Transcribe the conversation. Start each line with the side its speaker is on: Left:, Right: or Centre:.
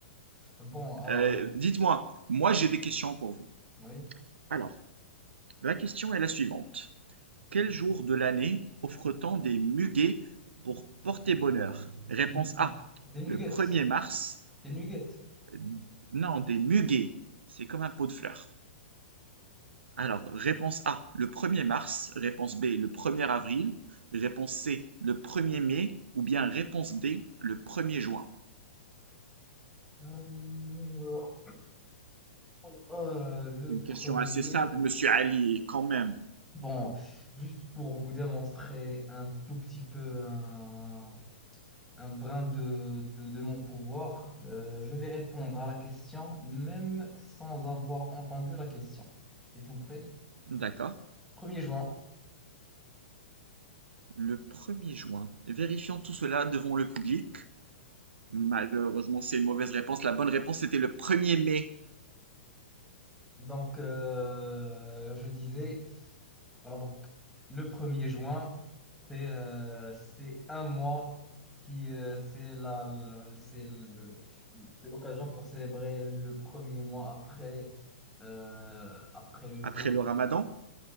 Centre: bon, alors...
Right: Euh, dites-moi, moi
Centre: Oui,
Right: j'ai des questions pour vous.
Centre: oui.
Right: Alors, la question est la suivante. Quel jour de l'année offre-t-on des muguets pour porter bonheur? Réponse
Centre: Des,
Right: A,
Centre: des nuggets.
Right: le 1er mars.
Centre: Des nuggets.
Right: Euh, Non, des muguets. C'est comme un pot de fleurs. Alors, réponse A, le 1er mars. Réponse B, le 1er avril. Réponse C, le 1er mai. Ou bien réponse D, le 1er juin.
Centre: Euh, oh, euh, le
Right: C'est une
Centre: premier,
Right: question assez simple, monsieur Ali, quand même.
Centre: bon, juste pour vous démontrer un tout petit peu un, un brin de, de, de mon pouvoir, euh, je vais répondre à la question même sans avoir entendu la question. Êtes-vous prêt?
Right: D'accord.
Centre: Premier juin.
Right: Le premier juin. Vérifions tout cela devant le public. Malheureusement, c'est une mauvaise réponse. La bonne réponse c'était le premier mai,
Centre: Donc, euh, je disais, voilà, donc, le premier juin. C'est euh, c'est un mois qui euh, c'est la le- c'est le- c'est l'occasion pour célébrer le premier mois après euh, après le jour
Right: après le
Centre: des
Right: ramadan.